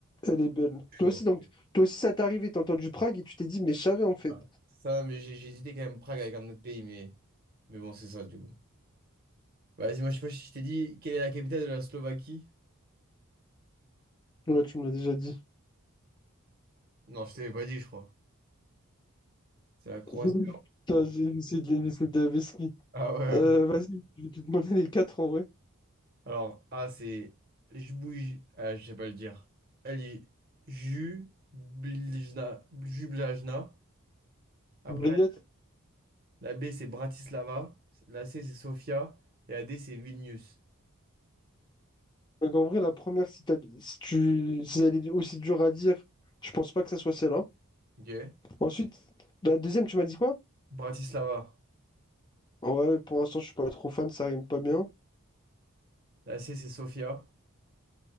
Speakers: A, on the left (about 20°); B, on the right (about 45°).
A: Elle est belle.
B: chaud.
A: Toi aussi, donc,
B: J'ai-
A: toi aussi, ça t'est arrivé. T'as entendu Prague et tu t'es dit, mais je savais en fait.
B: ah. Ça, mais j'ai j'ai hésité quand même Prague avec un autre pays, mais, mais bon, c'est ça du coup. Bah, Vas-y, moi je sais pas si je t'ai dit quelle est la capitale de la Slovaquie.
A: Ouais, tu me l'as déjà dit.
B: Non, je t'avais pas dit, je crois. C'est la Croatie.
A: <laughs> Putain, j'ai essayé de les laisser de la vesquille.
B: Ah ouais.
A: Euh, vas-y, je vais te demander les quatre en vrai.
B: Alors, A, c'est Ljubouj... Ah, je sais pas le dire. Elle est Jubljna. Jubljana. Après,
A: Bliette,
B: la, la B, c'est Bratislava. La C, c'est Sofia. Et la D, c'est Vilnius.
A: Donc en vrai, la première, si, t'as- si tu, si elle est aussi dure à dire, je pense pas que ça soit celle-là.
B: OK?
A: Ensuite, la deuxième, tu m'as dit quoi?
B: Bratislava.
A: Ouais, pour l'instant, je suis pas trop fan, ça rime pas bien.
B: La C, c'est Sofia.